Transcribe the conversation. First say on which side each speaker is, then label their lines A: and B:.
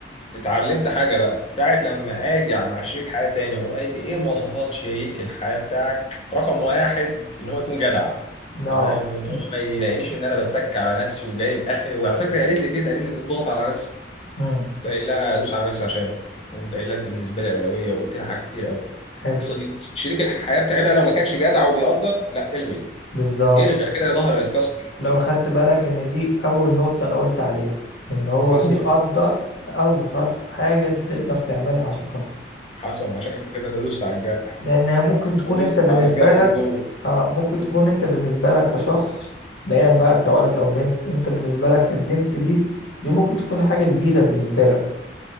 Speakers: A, on the left; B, on the left.
A: اتعلمت حاجة بقى ساعة لما اجي مع شريك حياة تاني وقوم قايل لي ايه مواصفات شريك الحياة بتاعك رقم واحد ان هو يكون جدع
B: لا
A: تمام ان
B: دي...
A: هو ما يلاقينيش ان انا بتك على نفسي وجايب اخري وعلى فكرة هي قالت لي كده قالت لي ان تضغط على نفسك
B: مم.
A: قمت قايل لها ادوس على نفسي عشانك وقمت قايل لها انت بالنسبة لي اولوية وقلت لها حاجات كتير قوي
B: حلو
A: ص- شريك الحياة بتاعي بقى لو ما كانش جدع وبيقدر لا الغي
B: بالظبط
A: الغي انا كده ظهري هيتكسر
B: لو اخدت بالك ان دي اول نقطة انا قلت عليها ان هو
A: حصل
B: بيقدر اصغر حاجة انت تقدر تعملها عشان خاطره
A: حصل عشان كده تدوست على الجرح
B: لأنها ممكن تكون
A: تدوست
B: أنت بالنسبة
A: على الجرح
B: لك
A: من جوه
B: آه ممكن
A: مم.
B: تكون أنت بالنسبة لك كشخص بعيدا بقى كولد أو بنت أنت بالنسبة لك قدمت دي دي ممكن تكون حاجة كبيرة بالنسبة لك